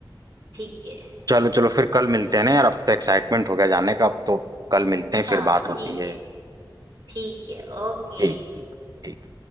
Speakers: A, on the right (about 65°); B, on the right (about 50°).
A: ठीक है
B: चलो चलो फिर कल मिलते हैं ना यार अब तो एक्साइटमेंट हो गया जाने का अब तो कल मिलते हैं फिर
A: हाँ
B: बात होती
A: ठीक
B: है
A: है ठीक है ओके
B: ठीक ठीक ठीक